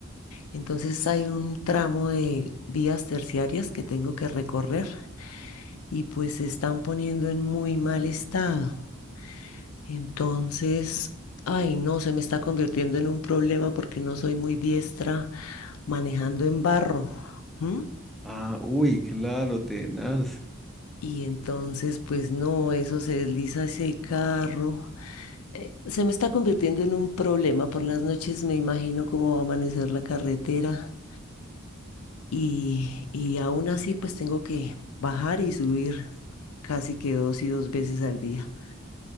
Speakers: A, on the left (about 80°); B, in the centre.
A: entonces hay un tramo de vías terciarias que tengo que recorrer y pues se están poniendo en muy mal estado. Entonces, ay, no, se me está convirtiendo en un problema porque no soy muy diestra manejando en barro. ¿m?
B: Ah, uy, claro, tenaz.
A: Y entonces, pues no, eso se desliza ese carro. Eh, se me está convirtiendo en un problema. Por las noches me imagino cómo va a amanecer la carretera y, y aún así, pues tengo que bajar y subir casi que dos y dos veces al día.